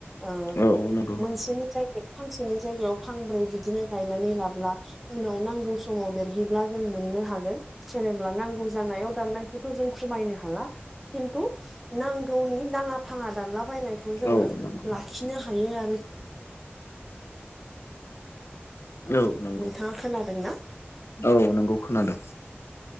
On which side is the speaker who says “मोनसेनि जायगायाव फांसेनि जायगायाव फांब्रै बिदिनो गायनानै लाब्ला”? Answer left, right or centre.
Centre